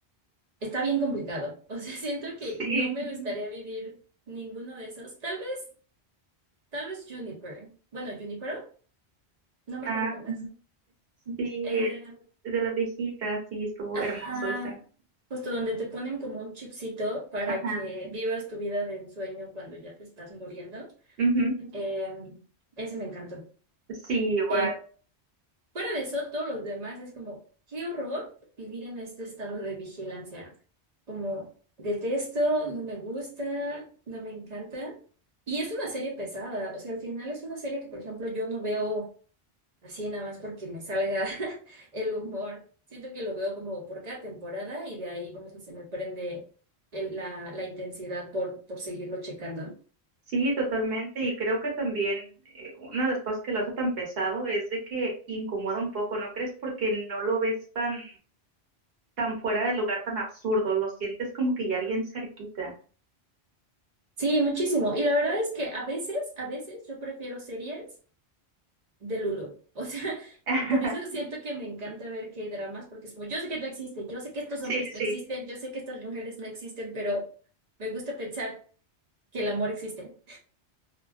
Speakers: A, on the right; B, on the right.
A: está bien complicado. O sea, <laughs> siento que
B: Sí,
A: no me gustaría vivir ninguno de esos. Tal vez. Tal vez Juniper. Bueno, Junipero, no me
B: ah,
A: acuerdo cómo es. Mm.
B: sí,
A: Eh,
B: de las viejitas, sí, estuvo
A: ajá.
B: hermoso ese.
A: Justo donde te ponen como un chipcito para
B: Ajá,
A: que vivas tu vida de ensueño cuando ya te estás muriendo.
B: ujú.
A: Eh, ese me encantó.
B: Sí, igual,
A: Pero fuera de eso, todos los demás es como, qué horror vivir en este estado de vigilancia. Como, detesto, no me gusta, no me encanta. Y es una serie pesada. O sea, al final es una serie que, por ejemplo, yo no veo. así nada más porque me salga <laughs> el humor. Siento que lo veo como por cada temporada y de ahí como que se me prende el- la, la intensidad por, por seguirlo checando.
B: sí, totalmente. Y creo que también eh, una de las cosas que lo hace tan pesado es de que incomoda un poco, ¿no crees? Porque no lo ves tan, tan fuera de lugar, tan absurdo, lo sientes como que ya bien cerquita.
A: Sí, muchísimo. Y la verdad es que a veces, a veces yo prefiero series de Lulo. O sea, <laughs>
B: <laughs>
A: por eso siento que me encanta ver hay dramas porque es como, yo sé que no existen, yo sé que estos hombres
B: Sí,
A: no
B: sí,
A: existen, yo sé que estas mujeres no existen, pero me gusta pensar que el amor existe.